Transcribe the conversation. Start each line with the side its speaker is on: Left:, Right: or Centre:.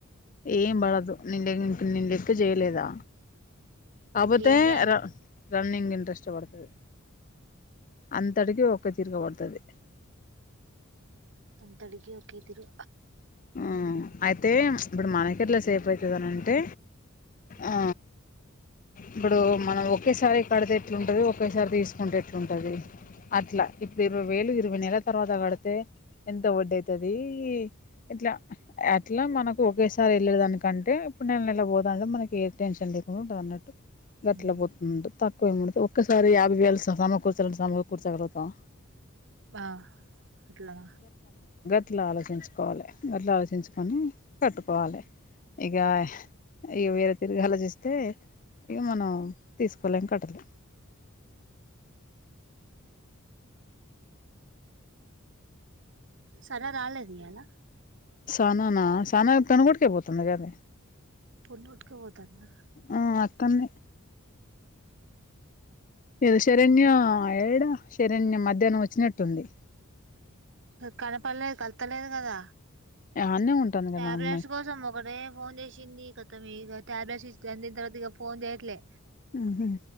Left: ఏం పడదు నిన్ నేన్ లెక్ చేయలేదా అబతే
Right: ఏం బ్యాంకు
Left: రా రన్నింగ్ ఇంట్రెస్ట్ పడుతది అంతటికి ఒక తిరగబడుతది
Right: అంత అడిగి ఒకేద్దిరు
Left: మ్మ్ అయితే ఇప్పుడు మనకి ఎట్లా సేపు అయితదినంటే ఆ ఇప్పుడు మనం ఒకేసారి కడితే ఎట్లుంటది ఒకేసారి తీసుకుంటే ఎట్లుంటది అట్లా ఇప్పుడు ఇరవై వేలు ఇరవై నెల తర్వాత కడితే ఎంత వడ్డీ అయితది ఏ ఇట్లా అట్లా మనకు ఒకేసారి ల్లే దానికంటే ఇప్పుడు నెల నెల పోదా అంటే మనకి ఏ టెన్షన్ లేకుండా ఉంటదన్నట్టు గట్ల
Right: ఉమ్
Left: పోతుంద్ తక్ కో ఒక్కసారి యాబై వేలు సమ కూర్చలంటే సమ కూర్చగలుగుతం
Right: ఆ అట్లనా
Left: ఇట్లా ఆలోచించుకోవాలి అట్లా ఆలోచించుకొని కట్టుకోవాలి ఇక ఇక వేరే తిరిగి ఆలోచిస్తే ఇక మనం తీసుకోలేం కట్టలేం
Right: సానా రాలేదు ఇయ్యాల
Left: సానా నా సానా పొన్నూటికి పోతుంది కద
Right: పొన్ను ఉతికిపోతుందా
Left: ఉమ్ కన్నె ఇలా శరణ్య ఏడా శరణ్య మధ్యాహ్నం వచ్చినట్టుంది
Right: కనపడలేదు కళ్తలేదు కదా
Left: ఆన్నే ఉంటుంది కదా
Right: టాబ్లెట్స్
Left: ఆ అమ్మాయి
Right: కోసం ఒకటే ఫోన్ చేసింది కథ మీ టాబ్లెట్స్ <unintelligible> తర్వాత ఇగ ఫోన్ చేయట్లే
Left: ఉహూ